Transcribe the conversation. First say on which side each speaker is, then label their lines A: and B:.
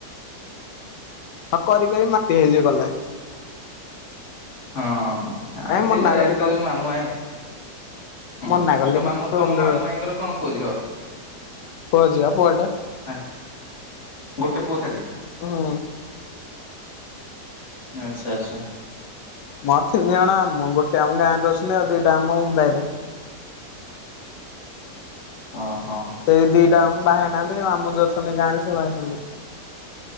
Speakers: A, on the left; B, on the left.
A: ହଁ କରି କରି ମାଟି ହେଇଯିବୁ କଲେ।
B: ହଁ ଆଜିକା
A: ମନା
B: ଡେଟ୍
A: କଲି
B: ରେ
A: କଣ
B: ଯୋଉ ମାମୁଁ ମାଇଁ, ହଁ
A: ମନା କଲି
B: ତ
A: ମୁଁ
B: ମାମୁଁ ତୋମ
A: ରୁମରେ
B: ମାମୁଁ
A: ରହେ
B: ମାଇଁ ଙ୍କର କଣ ପୁଅ ଝିଅ?
A: ପୁଅ ଝିଅ ପୁଅଟେ
B: ହେଁ ଗୋଟେ ପୁଅ ଖାଲି।
A: ହୁଁ
B: ଆଚ୍ଛା ଆଚ୍ଛା।
A: ମା ଥିନ ଜଣ ଆ, ମାମୁଁ ଗୋଟେ ଆମ ଗାଁ ରେ ରହୁଛନ୍ତି, ଆଉ ଦୁଇଟା ମାମୁଁ ମୁମ୍ବାଇ ରେ।
B: ଓହୋ
A: ସେଇ ଦିଟା ମାମୁଁ ବାହା ହେଇ ନାହାନ୍ତି, ମାମୁଁ ଯୋଉ ଅଛନ୍ତି ଗାଁରେ ସିଏ ବାହା ହେଇଛନ୍ତି।